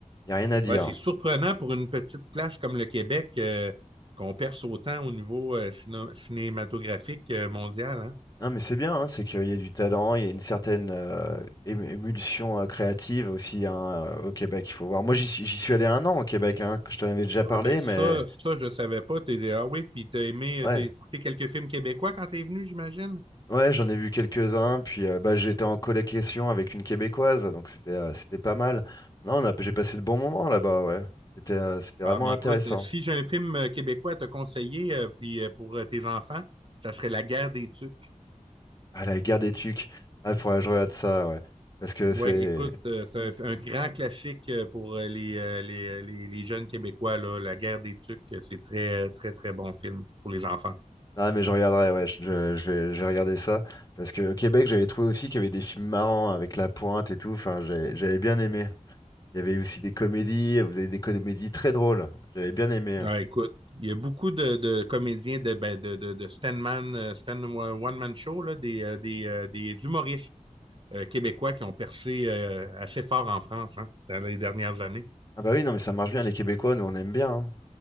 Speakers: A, on the left; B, on the right.
A: Y a rien à dire.
B: Ouais, c'est
A: hein.
B: surprenant pour une petite place comme le Québec euh, qu'on perce autant au niveau euh, cino- cinématographique euh, mondial. hein.
A: Non mais c'est bien, hein, c'est qu'il y a du talent, il y a une certaine euh, ému- émulsion euh, créative aussi hein, euh, au Québec, il faut voir. Moi j'y suis j'y suis allé un an au Québec, hein, que je t'en avais déjà parlé,
B: Ah ben
A: mais
B: ça, ça je savais pas. T'es ah oui, puis t'as aimé, euh,
A: ouais.
B: t'as écouté quelques films québécois quand t'es venu, j'imagine.
A: Ouais, j'en ai vu quelques-uns, puis euh, bah, j'étais en colocation avec une Québécoise, donc c'était euh, c'était pas mal. Non, on a, j'ai passé de bons moments là-bas, ouais. C'était euh, c'était
B: Ah
A: vraiment
B: mais
A: intéressant.
B: écoute, si j'ai un film euh, québécois à te conseiller, euh, puis euh, pour euh, tes enfants, ça serait La Guerre des Tucs.
A: Ah, la guerre des Tucs. Ah, faudrait que je regarde ça, ouais. Parce que
B: Ouais,
A: c'est...
B: écoute, euh, c'est un, un grand classique euh, pour euh, les, euh, les, euh, les, les jeunes Québécois là, La Guerre des Tucs. euh, C'est très très très bon film pour les enfants.
A: Ah, mais je regarderai, ouais, je, je- je vais, je vais regarder ça. Parce que au Québec, j'avais trouvé aussi qu'il y avait des films marrants avec La Pointe et tout, enfin, j'ai- j'avais bien aimé. Il y avait aussi des comédies, vous avez des comédies très drôles. J'avais bien aimé.
B: Ah, écoute, il y a beaucoup de, de comédiens de, ben, de, de, de Stanman, euh, Stan One Man Show, là, des, euh, des, euh, des humoristes euh, québécois qui ont percé euh, assez fort en France hein, dans les dernières années.
A: Ah bah oui, non mais ça marche bien, les Québécois, nous on aime bien. hein.